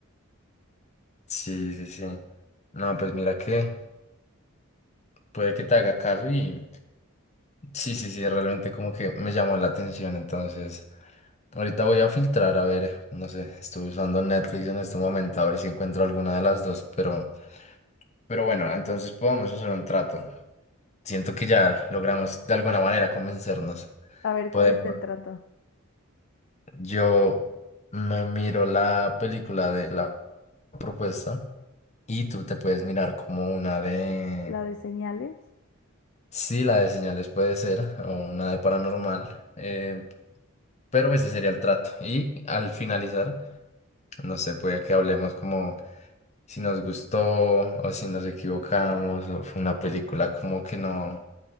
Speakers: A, on the left; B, on the left.
A: Sí, sí, sí. No, pues mira que puede que te haga caso y sí, sí, sí, realmente como que me llamó la atención. Entonces, ahorita voy a filtrar, a ver, no sé, estoy usando Netflix en este momento, a ver si encuentro alguna de las dos, pero, pero bueno, entonces podemos hacer un trato. Siento que ya logramos de alguna manera convencernos.
B: A ver,
A: Podemos,
B: ¿cuál es el trato?
A: yo me miro la película de la propuesta y tú te puedes mirar como una de
B: ¿La de señales?
A: Sí, la de señales puede ser, o una de paranormal, eh, pero ese sería el trato. Y al finalizar, no sé, puede que hablemos como si nos gustó o si nos equivocamos, o fue una película como que no,